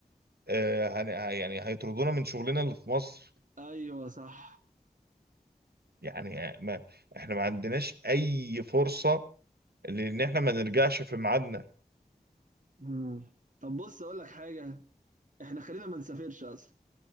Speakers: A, on the right; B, on the right.
A: آه هن... ه- يعني هيطردونا من شغلنا اللي في مصر
B: ايوه صح
A: يعني آه، ما احنا ما عندناش اي فرصة لان احنا ما نرجعش في ميعادنا
B: مم. طب بص اقول لك حاجة احنا خلينا ما نسافرش اصلا